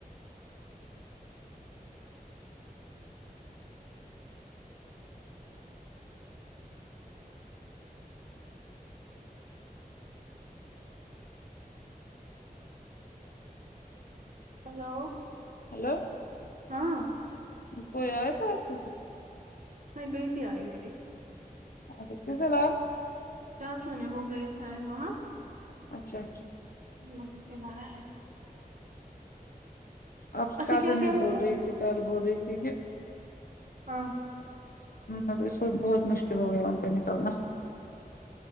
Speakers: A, on the right; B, on the left.
A: ہلو
B: ہلو
A: ہاں
B: کوئی آیا تھا آپ کو
A: نہیں بیٹی آئی میری
B: اچھا کیس لئے
A: چاچو نے وہ گئے تھے آج وہاں
B: اچھا اچھا
A: جی جی سلایا ہے
B: آپ کی
A: اچھا
B: کازن
A: کیا
B: بھی
A: کہہ رہے
B: بول
A: تھے
B: رہی تھی کل بول رہی تھی کہ
A: ہاں
B: ہ اس وقت بہت مشکل ہو گیا ان پہ نکالنا